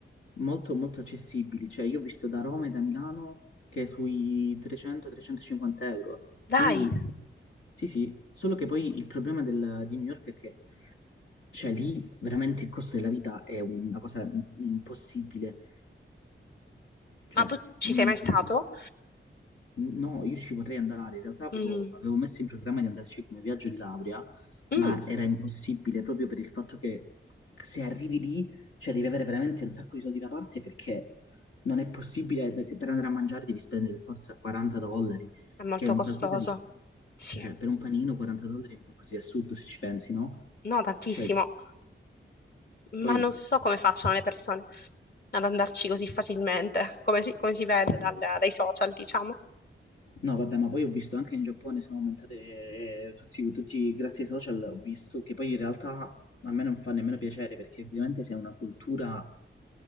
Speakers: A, on the left; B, on the left.
A: molto, molto accessibili. Cioè, io ho visto da Roma e da Milano che è sui 300-350 euro.
B: Dai!
A: Quindi, sì, sì. Solo che poi il problema del- di New York è che, cioè, lì veramente il costo della vita è una cosa im- impossibile. Cioè,
B: Ma tu ci
A: non.
B: sei mai stato?
A: No, io ci potrei andare. In realtà avevo,
B: Mm,
A: avevo messo in programma di andarci come viaggio di laurea,
B: mm,
A: ma era impossibile proprio per il fatto che se arrivi lì, cioè devi avere veramente un sacco di soldi da parte perché non è possibile, per andare a mangiare devi spendere per forza 40 dollari,
B: è molto
A: che è un
B: costoso.
A: qualcosa di...
B: Sì,
A: cioè per un panino 40 dollari è un qualcosa di assurdo se ci pensi, no?
B: no, tantissimo.
A: Cioè,
B: Ma
A: poi
B: non so come facciano le persone ad andarci così facilmente, come si, come si vede dal- dai social, diciamo.
A: No, vabbè, ma poi ho visto anche in Giappone sono aumentate eh, tutti, tutti- grazie ai social, ho visto che poi in realtà a me non fa nemmeno piacere perché ovviamente se è una cultura